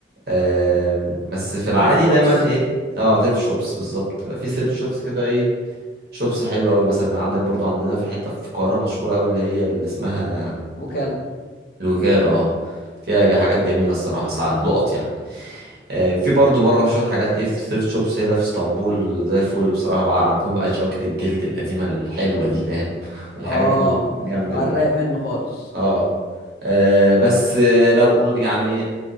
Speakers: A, on the right; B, on the left.
A: آم، بس في العادي
B: تريفت شوبس
A: دايما ايه اه ثريفت شوبس بالظبط بيبقى في ثريفت شوبس كده ايه شوبس حلوة قوي مثلا عندك برضو عندنا في حتة في القاهرة مشهورة قوي اللي هي اللي اسمها
B: وكالة
A: الوكالة اه فيها جا- حاجات جميلة الصراحة ساعات لقط يعني آه، في برضو بره شوية حاجات ايه في ثريفت شوبس هنا في اسطنبول زي الفل بصراحة بقى عندهم بقى جواكت الجلد القديمة الحلوة دي فاهم والحاجات
B: اه
A: الجامدة
B: على
A: دي
B: الرايق منه خالص
A: اه آه، بس آه، لو أون- يعني